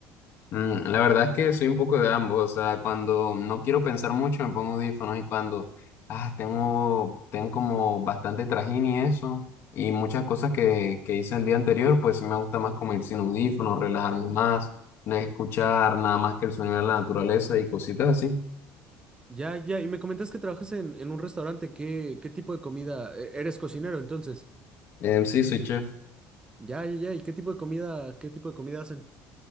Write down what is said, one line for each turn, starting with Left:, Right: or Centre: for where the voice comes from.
Left: Mm, la verdad es que soy un poco de ambos, o sea, cuando no quiero pensar mucho me pongo audífonos y cuando, ah, tengo, tengo como bastante trajín y eso, y muchas cosas que, que hice el día anterior, pues sí me gusta más como ir sin audífonos, relajarme más, no escuchar nada más que el sonido de la naturaleza y cositas así.
Right: Ya, ya, y me comentas que trabajas en, en un restaurante, ¿qué, qué tipo de comida? E- Eres cocinero, entonces.
Left: Em, sí, soy chef.
Right: Ya, ya, ya, ¿y qué tipo de comida, qué tipo de comida hacen?